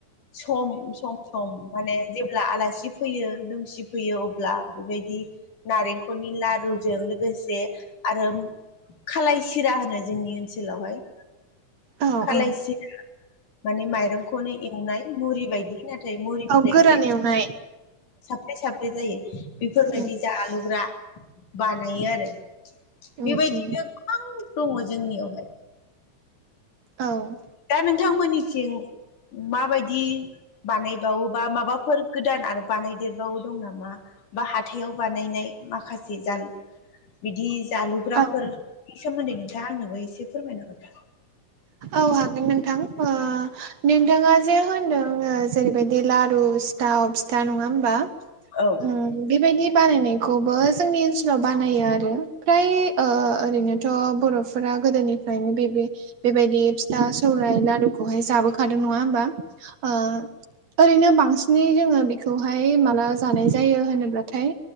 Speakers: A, on the left; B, on the right.
A: सम सम सम माने जेब्ला आलासि फैयो दुमसि फैयो अब्ला बेबायदि नारेंखलनि लारुजों लोगोसे आरो खालाय सिरा होनो जोंनि ओनसोलावहाय
B: औ
A: खलायसिरा
B: औ
A: माने माइरंखौनो एवनाय मुरि बायदि नाथाय मुरिनिफ्राय
B: औ गोरान
A: एसे
B: एवनाय
A: साब्रै साब्रै जायो बेफोरबायदि
B: उम
A: जालुग्रा बानायो आरो
B: उम
A: बेबायदिनो
B: उम
A: गोबां दङ जोंनियावहाय।
B: औ।
A: दा नोंथांमोननिसिं माबायदि बानायबावो बा माबाफोर गोदान आरो बानायदेरबावो दं नामा? बा हाथायाव बानायनाय माखासे जाल बिदि जालुग्राफोरनि
B: औ
A: सोमोन्दै नोंथाङा आंनोबो एसे फोरमायना हरदो।
B: औ हागोन नोंथां ओ नोंथाङा जे होनदों ओ जेरैबायदि लारु सिथाव सिथा नङा होमबा? उम।
A: औ
B: बेबायदि बानायनायखौबो जोंनि ओनसोलाव बानायो आरो फ्राय ओ ओरैनोथ' बर' फोरा गोदोनिफ्रायनो बे बेबायदि फिथा सौरायाइ लारुखौहाय जाबोखादों नङा होमबा? ओ ओरैनो बांसिन नि जोङो बेखौहाय माला जानाय जायो होनोब्लाथाय